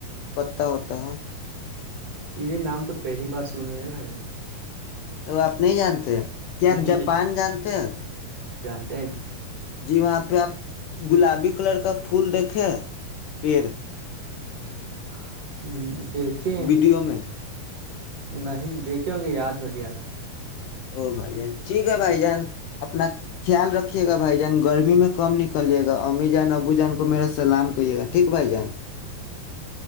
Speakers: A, on the left; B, on the right.
A: پتا ہوتا ہے
B: یہ نام تو پہلی بار سن رہے ہیں بھائی جان
A: تو آپ نہیں جانتے کیا
B: نہیں
A: آپ جاپان جانتے ہو
B: جانتے ہیں تو
A: جی وہاں پہ آپ گلابی کلر کا پھول دیکھے پھر
B: <inaudible> دیکھے
A: ویڈیو میں
B: نہیں دیکھے ہوں گے یاد نہیں آ رہا
A: او بھائی جان ٹھیک ہے بھائی جان اپنا خیال رکھیے گا بھائی جان گرمی میں کم نکلیے گا امی جان ابو جان کو میرا سلام کرے گا ٹھیک بھائی جان